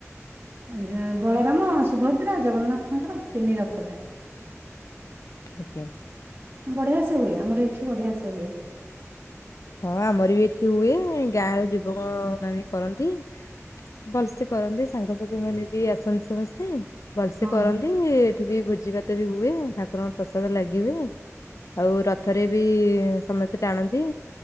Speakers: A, on the right; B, on the left.
A: ଆଁ ବଳରାମ ସୁଭଦ୍ରା ଜଗନ୍ନାଥଙ୍କର ତିନି ରଥ ଯାଏ।
B: ଆଜ୍ଞା।
A: ବଢିଆସେ ହୁଏ ଆମର ଏଠି ବଢିଆସେ ହୁଏ।
B: ହଁ ଆମରବି ଏଠି ହୁଏ ଗାଁରେ ଯୁବକ ମାନେ କରନ୍ତି। ଭଲସେ କରନ୍ତି ସାଙ୍ଗସାଥି ମାନେବି ଆସନ୍ତି ସମସ୍ତେ ଭଲସେ
A: ହଁ।
B: କରନ୍ତି। ଏଠିବି ଭୋଜି ଭାତବି ହୁଏ ଠାକୁରଙ୍କ ପ୍ରସାଦ ଲାଗି ହୁଏ ଆଉ ର ଥରେବି ସମସ୍ତେ ଟାଣନ୍ତି।